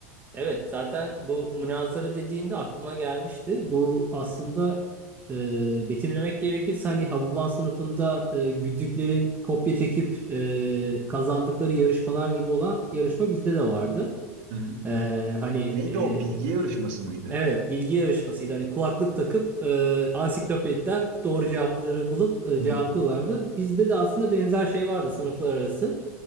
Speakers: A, on the right; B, on the right.
A: Evet, zaten bu münazara dediğinde aklıma gelmişti. Bu aslında e, betimlemek gerekirse hani Hababam sınıfında e, güdüklerin kopya çekip e, kazandıkları yarışmalar gibi olan yarışma bizde de vardı.
B: Hı hı,
A: E,
B: hı hı.
A: hani
B: Neydi
A: e,
B: o? Bilgi yarışması mıydı?
A: evet bilgi yarışmasıydı. Hani kulaklık takıp e, ansiklopediden doğru cevapları bulup e,
B: Hı hı,
A: cevaplıyorlardı. Bizde de aslında benzer şey vardı sınıflar arası.